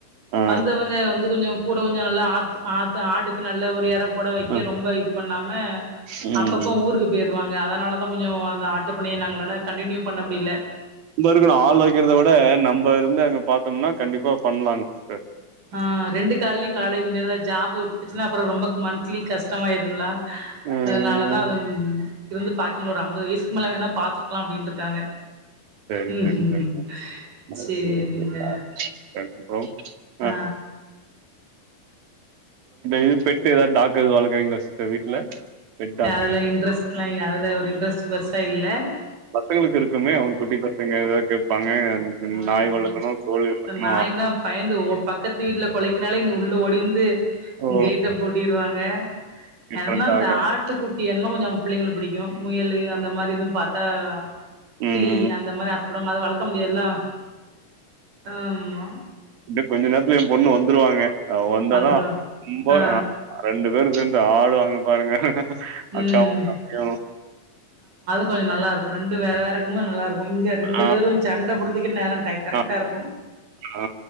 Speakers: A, on the right; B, on the right.
A: ஆ
B: வந்தவுங்க வந்து கொஞ்ச கூட கொஞ்ச நல்லா ஆ ஆத்த ஆட்டுக்கு நல்ல ஒரு இற போட வை க்க
A: ஆ
B: ரொம்ப இது பண்ணாம
A: ம்
B: அப்பப்ப
A: ம்
B: ஊருக்கு போயிருவாங்க அதனால தா கொஞ்சோ அந்த ஆட்டுப் பண்ணைய நாங்களால கண்டினியூ பண்ண முடியல
A: நம்ம இருக்கணு ஆள் வைக்கிறத விட நம்ம இருந்து அங்க பாத்தோம்னா கண்டிப்பா பண்ணலாங்க சிஸ்டர்
B: ஆ ரெண்டு கால்லயு கால் வைக்க முடியாதுல ஜாபு விட்டுச்சுன்னா அப்ற ரொம்ப மந்த்லி கஷ்டமாயிரும்லா
A: ம்
B: அதனாலதா அது இருந்து பாக்கமுல ஒரு அம்பது வயசுக்கு மேல வேணா பாத்துக்கலா அப்டின்னு இருக்காங்க
A: செரி
B: ம்
A: செரி செரிங்க
B: சேரிங்க
A: ஓகே ஓகே பாருங்க <unintelligible>
B: ஆ
A: இது பெட்டு எதாது டாக்கு எது வளக்குறீங்களா சிஸ்டர் வீட்ல பெட் டாக்.
B: அதுல இன்ட்ரெஸ்ட்லா அதுல ஒரு இன்ட்ரெஸ்ட் பெருசா இல்ல
A: பசங்களுக்கு இருக்குமே அவுங்க குட்டி பசங்க எதாவது கேட்பாங்க எனக்கு
B: ஆம்
A: நாய் வளக்கணு கோழி வளக்கணு
B: நாய்னா பயந்து ஓ பக்கத்து வீட்டில குலைக்கனாலே இங்க உள்ளே ஓடி வந்து
A: அப்போ
B: கேட்ட பூட்டிருவாங்க
A: டிஃபரெண்ட்டா
B: வேணும்னா இந்த
A: இருக்கும்.
B: ஆட் ட்டுக்குட்டி என்ன கொஞ்சோ அவங்க பிள்ளைங்களுக்கு பிடிக்கு முயலு அந்த மாரி எதும் பாத்தா
A: ம்,
B: கிளி அந்த மாரி ஆசப்படுவாங்க அந்த மாரி வளக்க முடியாதுல ஆமா
A: இந்த கொஞ்ச நேரத்துல என் பொண்ணு வந்துருவாங்க அவ வந்தாதா
B: வந்துருவா
A: ரொம்ப
B: ஆ
A: ரெண்டு பேரும் சேந்து ஆடுவாங்க பாருங்க
B: ம்
A: அக்காவு தம்பியு
B: கொஞ்ச நல்லா இருக்கு ரெண்டு வேற வேறங்கமு நல்லா இருக்கு இங்க ரெண்டு
A: ஆ,
B: பேரு சண்ட போடுத்துக்கே நேரம் கரெக்டா
A: ஆ,
B: இருக்கு
A: ஆ